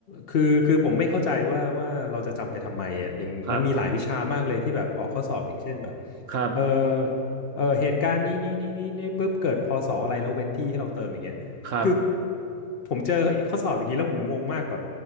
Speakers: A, on the left (about 55°); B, on the right (about 70°).
A: คือคือผมไม่เข้าใจว่าว่าเราจะจำไปทำไมอ่ะอย่างมันมีหลายวิชามากเลยที่แบบออกข้อสอบอย่างเช่นแบบ
B: ครับครับ
A: เออเออเหตุการณ์นี้นี้นี้นี้นี่ปุ๊บเกิดพศอะไรแล้วเว้นที่ให้เราเติมอย่างเงี้ยคือ
B: ครับ
A: ผมเจอข้อสอบอย่างนี้แล้วผมงงมากแบบ